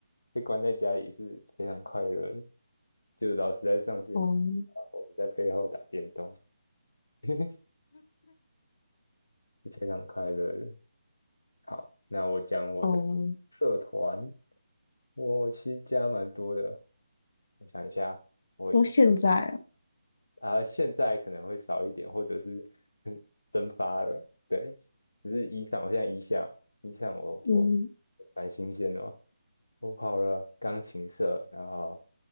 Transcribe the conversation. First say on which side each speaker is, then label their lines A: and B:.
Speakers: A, on the left (about 80°); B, on the left (about 50°).
A: 被关在家里是非常快乐的，就是老师在上线时，
B: 哦，
A: 我们在背后打电动，<laughs> 是非常快乐的。好，那我讲我的社团，
B: 哦，
A: 我其实加蛮多的，我想一下，我一
B: 说现在啊，
A: 啊、现在可能会少一点，或者是嗯 <laughs> 蒸发了。对，只是衣裳，我现在衣裳衣裳我我
B: 嗯，
A: 蛮新鲜的嘛，我跑了钢琴社，然后